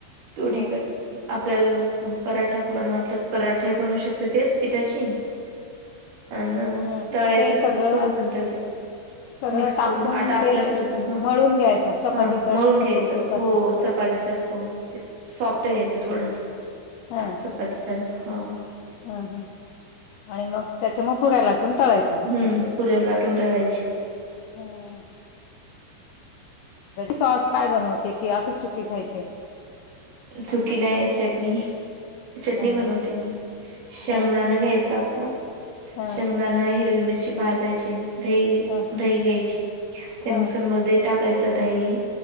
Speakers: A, on the right; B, on the left.
A: दोन्ही
B: हं
A: पण आपल्याला पराठा वाटलं पराठा बनवू शकते तेचं पिठाची
B: <unintelligible>
A: अनं
B: हं
A: तळायचं
B: ते
A: असलं
B: सगळं
A: तर पुरी पण तळते.
B: सगळं
A: मिक्स
B: टाकून
A: करून आटा आपल्यासारखा
B: ते
A: ह
B: मळून घ्यायचा
A: -
B: चपातीला
A: हा मळून
B: कसं
A: घ्यायचं
B: करतो तसा
A: हो चपाती सारखं सॉफ्ट घ्यायचं थोडसं.
B: हा.
A: चपाती सार हा.
B: हम- हम आणि मग त्याच्या मग पुऱ्या लाटून तळायच्या फक्त
A: हम पुऱ्या लाटून तळायची.
B: हं सॉस काय बनवते कि असेच सुकी खायचे?
A: सुकी नाहीय चटणी. चटणी
B: हं
A: बनवते मी शेंगदाणा
B: हं
A: घ्यायच आपलं
B: हं
A: शेंगदाणा हिरवी मिरची भाजायची दही
B: हं
A: - दही घ्यायची त्या
B: हं
A: मिक्सर मध्ये टाकायचं दही